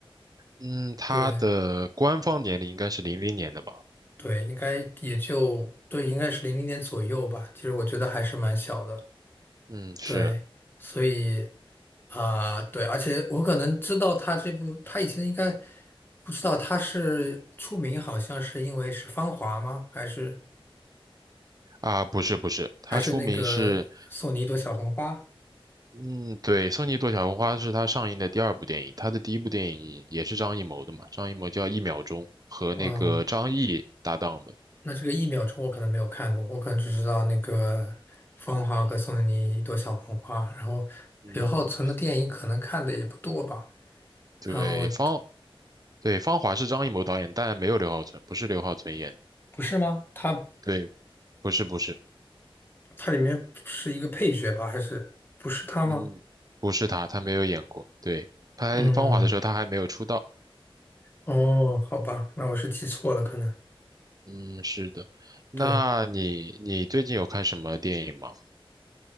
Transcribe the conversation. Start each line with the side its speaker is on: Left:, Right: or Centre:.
Right: 嗯，他的官方年龄应该是零零年的吧？
Left: 对对，应该也就对，应该是零零年左右吧。其实我觉得还是蛮小的。
Right: 嗯，是
Left: 对，所以啊、对，而且我可能知道他这部，他以前应该不知道他是出名，好像是因为是《芳华》吗？还是？
Right: 啊，不是不是，他出名是，
Left: 还是那个送你一朵小红花。
Right: 嗯，对，《送你一朵小红花》是他上映的第二部电影，他的第一部电影也是张艺谋的嘛，张艺谋叫《一秒钟》，和那个张译搭档的。
Left: 哦，那这个一秒钟我可能没有看过，我可能只知道那个芳华和送你一朵小红花。然后刘浩存的电影可能看的也不多吧。
Right: 嗯，对，
Left: 然后
Right: 芳对芳华是张艺谋导演，但没有刘浩存，不是刘浩存演的。
Left: 不是吗？他
Right: 对，不是不是，
Left: 他里面是一个配角吧？还是不是他吗？
Right: 嗯，不是他，他没有演过。对，拍芳华的时候他还没有出道。
Left: 嗯，哦，好吧，那我是记错了，可能
Right: 嗯，是的。那你你最近有看什么电影吗？
Left: 对。